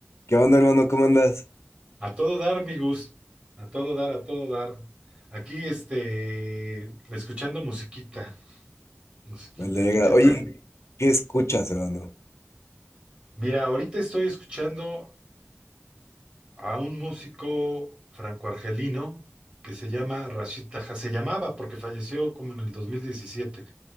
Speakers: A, on the left; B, on the right.
A: ¿Qué onda, hermano? ¿Cómo andas?
B: A todo dar, mi Gus. A todo dar, a todo dar. Aquí, este, escuchando musiquita, musiquita.
A: Me alegra.
B: ¿Tú qué
A: Oye,
B: tal?
A: ¿qué escuchas, hermano?
B: Mira, ahorita estoy escuchando a un músico franco-argelino que se llama Rashid Taha. Se llamaba porque falleció como en el 2017.